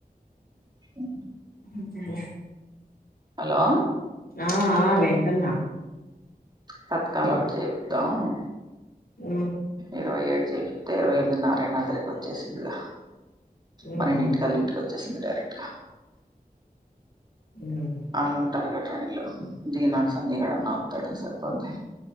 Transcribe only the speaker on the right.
స
హలో
తత్కాల ఒకటి చేపిదాము
ఇరవై ఏడు చేపితే ఇరవై ఎనిమిది నారాయణాగరికి వచ్చే సిద్దిగా
పన్నెండు ఇంటికల ఇంటికి వచ్చేస్తుంది డైరెక్ట్గా
వాళ్ళు ఉంటారు గా ట్రైన్లో దిగినాక సన్నిగాడన్నా వస్తాడు సరిపోది